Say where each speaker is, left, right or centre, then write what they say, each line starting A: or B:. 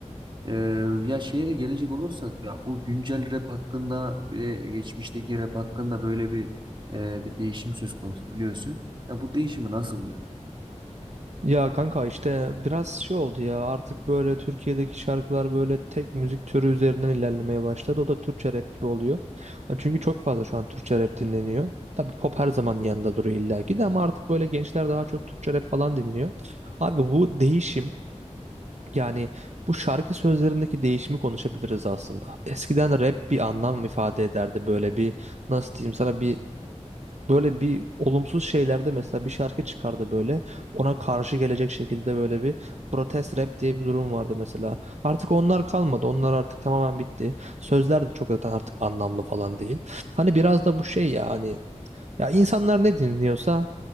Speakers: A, on the right; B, on the right.
A: Ee, ya şeye gelecek olursak ya bu güncel rap hakkında bile geçmişteki rap hakkında böyle bir e, bir değişim söz konusu biliyorsun. Ya bu değişimi nasıl buluyorsun?
B: Ya kanka işte biraz şey oldu ya artık böyle Türkiye'deki şarkılar böyle tek müzik türü üzerinden ilerlemeye başladı. O da Türkçe rap gibi oluyor. Çünkü çok fazla şu an Türkçe rap dinleniyor. Tabii pop her zaman yanında duruyor illaki de ama artık böyle gençler daha çok Türkçe rap falan dinliyor. Abi bu değişim yani bu şarkı sözlerindeki değişimi konuşabiliriz aslında. Eskiden rap bir anlam ifade ederdi böyle bir nasıl diyeyim sana bir böyle bir olumsuz şeylerde mesela bir şarkı çıkardı böyle ona karşı gelecek şekilde böyle bir protest rap diye bir durum vardı mesela. Artık onlar kalmadı. Onlar artık tamamen bitti. Sözler de çok zaten artık anlamlı falan değil. Hani biraz da bu şey ya hani ya insanlar ne dinliyorsa